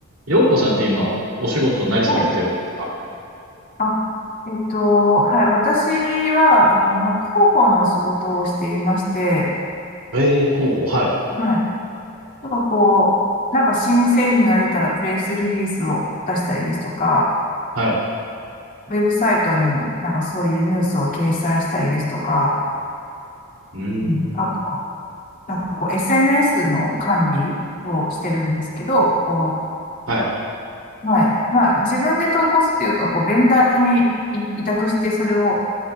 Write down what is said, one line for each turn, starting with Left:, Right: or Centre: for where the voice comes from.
Right: 陽子さんって今、お仕事何されてるんですか
Left: はい。あ、えっと、はい。私は、あの、なんか広報の仕事をしていまして、
Right: ええー広報、はい、
Left: はい。なんかこう、なんか新製品が出たらプレスリリースを出したりですとか、
Right: はい。
Left: ウェブサイトになんかそういうニュースを掲載したりですとか、
Right: うーん、
Left: うん、あと、なんかこう SNS の管理をしてるんですけど、こ
Right: はい、
Left: う、はい。まあ自分で投稿するというか、こうベンダーに委託してそれを